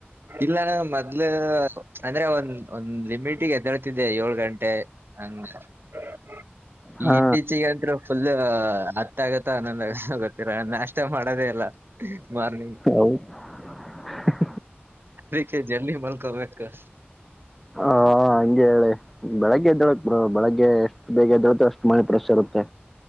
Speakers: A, on the right; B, in the centre.
A: ಇಲ್ಲಾನ ಮೊದ್ಲು ಅಂದ್ರೆ ಒಂದ್ ಒಂದ್ ಲಿಮಿಟಿಗೆ ಎದ್ದಳ್ತಿದ್ದೆ ಏಳ್ ಗಂಟೆ. ಹಂಗ <unintelligible> ಇ
B: ಹಾ
A: ಇತ್ತೀಚೆಗೆ ಅಂದ್ರು ಫುಲ್ ಹತ್ತ ಆಗತ್ತ ಹನ್ನೊಂದ್ ಆಗತ್ತ ಗೊತ್ತಿಲ್ಲ ನಾಷ್ಟ ಮಾಡೋದೇ ಇಲ್ಲ. ಮಾರ್ನಿಂಗ್
B: ಹೌ <unintelligible>
A: <unintelligible> ಜಲ್ದಿ ಮಲ್ಕೋಬೇಕು
B: ಹಾ ಹ ಹಂಗೆ ಏಳಿ ಬೆಳಗ್ಗೆ ಎದ್ದೇಳೋದ್ ಇ ಬೆಳಗ್ಗೆ ಎಷ್ಟು ಬೇಗ ಎದ್ದೇಳ್ತಿವೋ ಅಷ್ಟು ಮೈಂಡ್ ಫ್ರೆಶ್ ಇರುತ್ತೆ.